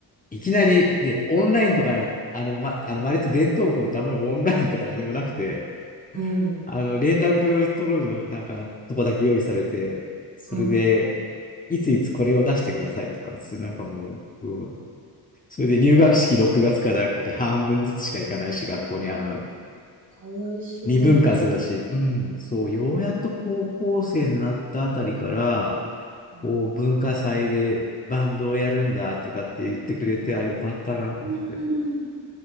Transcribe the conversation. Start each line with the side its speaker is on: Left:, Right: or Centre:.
Left: いきなり、で、オンラインとか、あの、ま、あの割と伝統校ってあんまりオンラインとか何もなくて、
Right: うん、
Left: あの、連絡取るの、なんか、とこだけ用意されて、それで、
Right: うん、
Left: いついつこれを出してくださいとか、すなんかもう、うんそれで入学式6月かなんかで半分ずつしか行かないし、
Right: え、
Left: 学校にあの、
Right: かわいそ
Left: 二分割だし、うん、そう、ようやっと高校生になったあたりから、
Right: う。
Left: こう、文化祭でバンドをやるんだとかって言ってくれて、あ、よかったなと思って。
Right: うん。